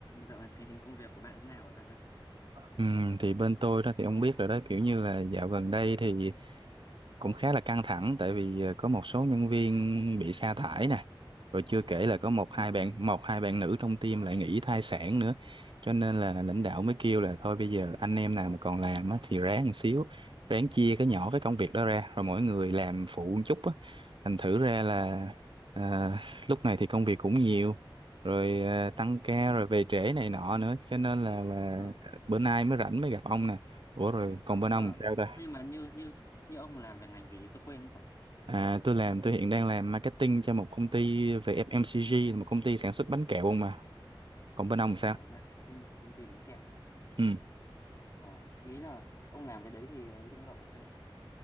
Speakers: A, on the left (about 40°); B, on the right (about 65°).
A: Dạo này tình hình công việc của bạn thế nào rồi bạn ơi?
B: Ừ, thì bên tôi đó thì ông biết rồi đó kiểu như là dạo gần đây thì cũng khá là căng thẳng tại vì ờ, có một số nhân viên bị sa thải nè rồi chưa kể là có một
A: ờ
B: hai bạn một hai bạn nữ trong team lại nghỉ thai sản nữa cho nên là lãnh đạo mới kêu là thôi bây giờ anh em nào mà còn làm á, thì ráng một xíu ráng chia cái nhỏ cái công việc đó ra rồi mỗi người làm phụ một chút á thành thử ra là ờ, lúc này thì công việc cũng nhiều rồi ờ, tăng ca
A: ờ
B: rồi về trễ này nọ nữa cho nên là là
A: ờ
B: ờ, bữa nay mới rảnh mới gặp ông nè ủa rồi còn bên
A: ờ.
B: ông sao ta
A: nhưng mà như như như ông làm về ngành gì tôi quên mất rồi
B: À, tôi làm tôi hiện đang làm marketing cho một công ty về FMCG là một công ty sản xuất bánh kẹo không mà còn bên ông
A: Ờ,
B: sao
A: marketing cho công ty bánh kẹo
B: ừ
A: ờ ý là ông làm cái đấy thì lương lậu ok không